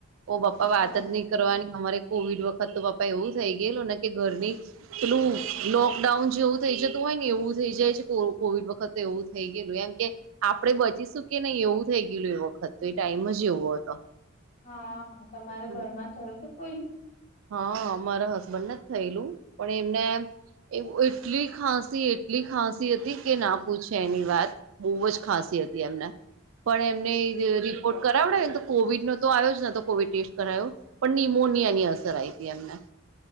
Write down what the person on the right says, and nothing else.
ઓ પપ્પા વાત
જ નહી કરવાની અમારે કોવિડ વખત તો પપા એવું થઈ ગયેલ ને કે ઘરની પેલું લોકડાઉન જેવું થઈ જતું હોય ને એવું થઈ જાય છે કોવિડ વખતે એવું થઈ ગયેલું એમ કે આપડે બચીશું કે નહી એવું થઈ ગયલું એ વખત તો એ ટાઈમ જ એવો હતો
હ
હા મારા હસબન્ડ ને જ થયેલું પણ એમને એ એટલી ખાંસી એટલી ખાંસી હતી કે ના પૂછે એની વાત બહુ જ ખાંસી હતી એમને પણ એમને રિપોર્ટ કરાવડને તો કોવિડ નો તો આવ્યો જ ના તો કોવિડ ટેસ્ટ કરાયો પણ નિનીમોનિયા ની અસર આઈ હતી એમને